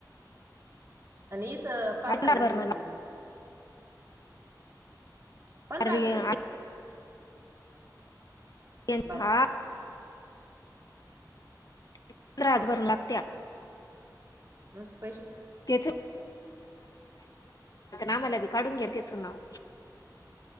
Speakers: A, on the right; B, on the left.
A: आणि इेत पाच
B: पंधरा
A: हजार
B: भरणं
A: घेतले जा
B: लागत,
A: पंधरा हजार आहे.
B: यांन
A: बापरे
B: हा <unintelligible> बरं लागत्या.
A: न <unintelligible>
B: <unintelligible> आम्हाला बी काढून घ्या त्याच नाव.